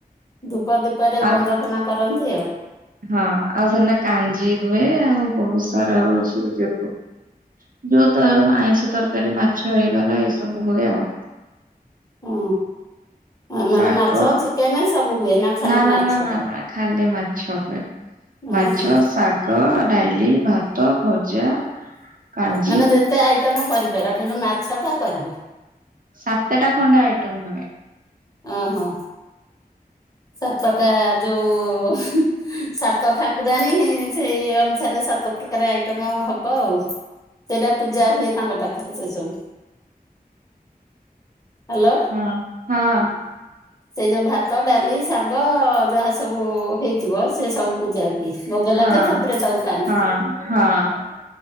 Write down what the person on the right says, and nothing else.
ଆ
ହଁ ଆଉ ସେଦିନ କାଞ୍ଜି ହୁଏ, ଆଉ ବହୁତ ସାରା ହଉଛି ଯୋଉ ଯୋଉ ତ ଆଇଁଷ ତରକାରୀ ମାଛ ହେଇଗଲା ଏଇ ସବୁ ହୁଏ ଆଉ।
ଶାଗ
ନା ନା
ନା ନା ନା ଖାଲି ମାଛ ହୁଏ।
ମାଛ,
ଶାଗ, ଡାଲି, ଭାତ, ଭଜା। କାଞ୍ଜି
ସାତଟା ଖଣ୍ଡେ ଆଇଟମ ହୁଏ।
ହଁ ହଁ।
ହଁ
ହଁ।